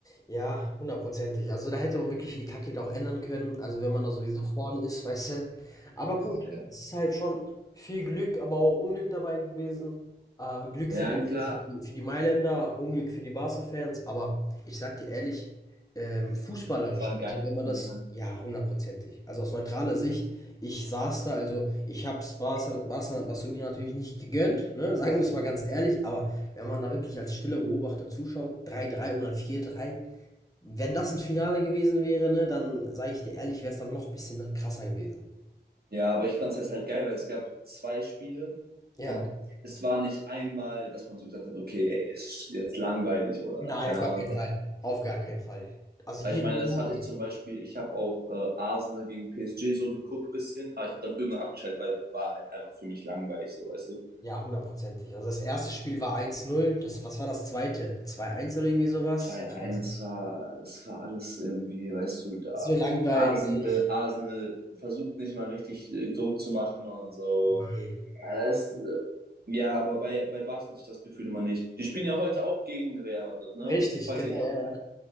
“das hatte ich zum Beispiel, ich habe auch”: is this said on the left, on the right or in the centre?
Right